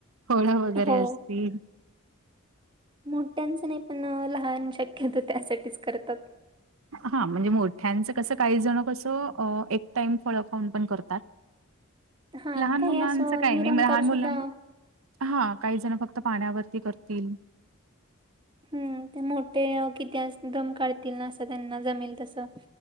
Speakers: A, on the right; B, on the right.
A: फोळ वगैरे
B: हो
A: असतील
B: मोठ्यांचं नाही पण लहान शक्यत त्यासाठीच करतात
A: हा म्हणजे मोठ्यांचं कसं काही जण कसं एक टाइम फळफाऊन पण करतात
B: हा
A: लहान
B: काही
A: मुलांच
B: असं
A: काही
B: निरंकार
A: नाही लहान मुलां
B: सुद्धा
A: हा काही जण फक्त पाण्यावरती करतील
B: हम्म ते मोठे किती दम काढतील ना असं त्यांना जमेल तसं